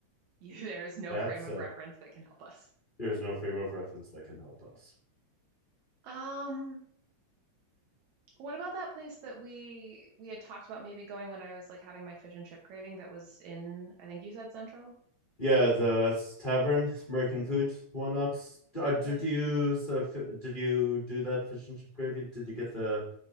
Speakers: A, on the right; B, on the left.
A: you, there is no
B: That
A: frame
B: said,
A: of reference that can help us.
B: there is no frame of reference that can help us.
A: Um, What about that place that we we had talked about maybe going when I was like having my fish and chip craving that was in, I think you said Central?
B: Yeah, the tavern, American food, why not? Uh, did
A: Yeah.
B: you so fi- did you do that fish and chip gravy? Did you get the